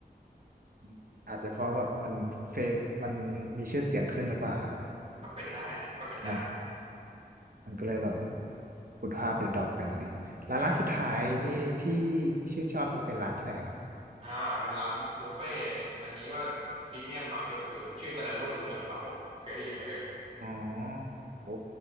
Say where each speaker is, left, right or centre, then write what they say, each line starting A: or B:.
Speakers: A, on the right (about 60°); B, on the right (about 35°).
A: <laughs> อาจจะเพราะแบบมันเฟมันมีชื่อเสียงขึ้นหรือเปล่าฮะ
B: ๆก็เป็นได้นะก็เป็นได้
A: มัน มันก็เลยแบบคุณภาพเลยดรอปไปหน่อยร้านร้านสุดท้ายนี่ที่
B: อืม
A: ชื่นชอบนี่เป็นร้านที่ไหนครับ
B: อ่าเป็นร้านบุฟเฟ่ต์อันนี้ก็พรีเมียมหน่อยก็คือชื่อเจริญรุ่งเรืองครับผมเคยได้ยินไหมเอ่ย
A: อ๋อโอ้